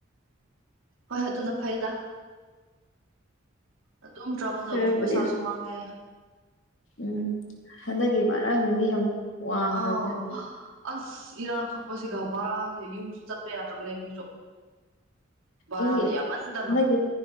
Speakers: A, on the right (about 85°); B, on the left (about 70°).
A: ꯍꯣꯏ ꯑꯗꯨꯅ ꯐꯩꯗ ꯑꯗꯨꯝ ꯇ꯭ꯔꯥꯕꯦꯜ ꯇꯧꯕꯁꯨ
B: ꯈꯔꯕꯨꯗꯤ
A: ꯄꯩꯁꯥꯁꯨ ꯃꯥꯡꯉꯦ
B: ꯎꯝ ꯍꯟꯗꯛꯀꯤ ꯕꯔꯥꯖꯤꯗꯤ ꯌꯥꯝ ꯋꯥꯡꯈ꯭ꯔꯕꯅꯦ
A: ꯑꯥꯎ
B: ꯑꯗꯨꯒꯤ
A: ꯑꯁ ꯏꯔꯥꯡ ꯊꯣꯛꯄꯁꯤꯒ ꯚꯔꯥꯁꯦ ꯌꯨꯝ ꯆꯠꯄ ꯌꯥꯗ꯭ꯔꯕꯗꯤ ꯑꯩꯈꯣꯏꯁꯨ ꯚꯔꯥꯗ
B: ꯑꯩꯒꯤ
A: ꯌꯥꯝꯃꯟꯗꯅ
B: ꯍꯟꯗꯛꯀꯤ